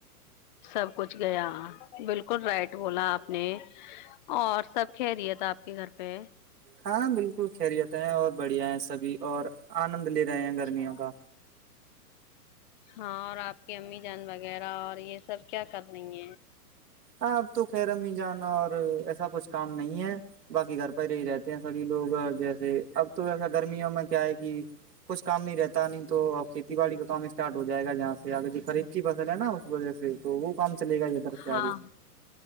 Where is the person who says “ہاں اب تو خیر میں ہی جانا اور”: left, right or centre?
Right